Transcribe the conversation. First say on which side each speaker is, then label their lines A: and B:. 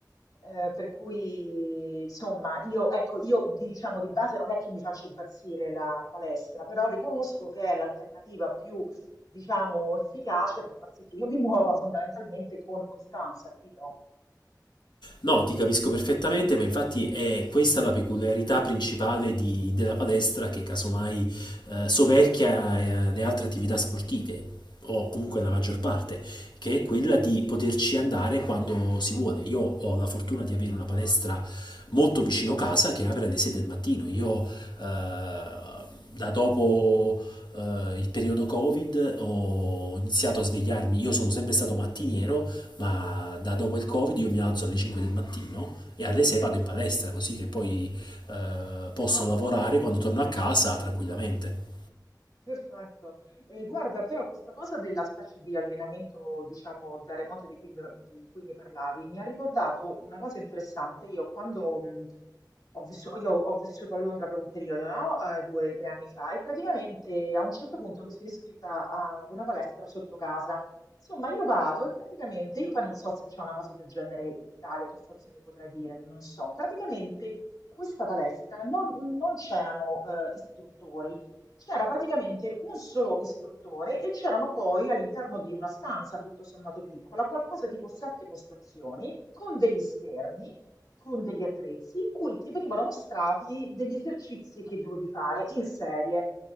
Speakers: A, on the left; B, on the left.
A: Eh, per cui, insomma, io, ecco, io diciamo di base non è che mi faccio impazzire la palestra, però riconosco che è l'alternativa più diciamo, efficace per far sì che io mi muova fondamentalmente con costanza, capito?
B: No, ti capisco perfettamente, ma infatti è questa la peculiarità principale di- della palestra che casomai eh, soverchia eh, le altre attività sportive, o comunque la maggior parte, che è quella di poterci andare quando si vuole. Io ho la fortuna di avere una palestra molto vicino casa che apre alle 6 del mattino. Io eh, da dopo eh, il periodo Covid ho iniziato a svegliarmi, io sono sempre stato mattiniero ma da dopo il Covid io mi alzo alle 5 del mattino e alle 6 vado in
A: Massimo,
B: palestra, così
A: quando-
B: che poi eh, posso
A: Ah,
B: lavorare
A: perfetto.
B: quando torno a casa tranquillamente.
A: Perfetto. Eh, guarda, però questa cosa della specie di allenamento, diciamo, da remoto di cui, mi di cui mi parlavi, mi ha ricordato una cosa interessante. Io quando mh, ho vissu- io ho vissuto a Londra per un periodo, no? Eh, due o tre anni fa, e praticamente a un certo punto mi sono iscritta ad una palestra sotto casa. Insomma, io vado e praticamente, io poi non so se c'è una cosa del genere in Italia, tu forse mi potrai dire, non so. Praticamente questa palestra non, non c'erano eh, istruttori. C'era praticamente un solo istruttore e c'erano poi all'interno di una stanza tutto sommato piccola, qualcosa tipo sette postazioni, con degli schermi, con degli attrezzi, in cui ti venivano mostrati degli esercizi che dovevi fare in serie.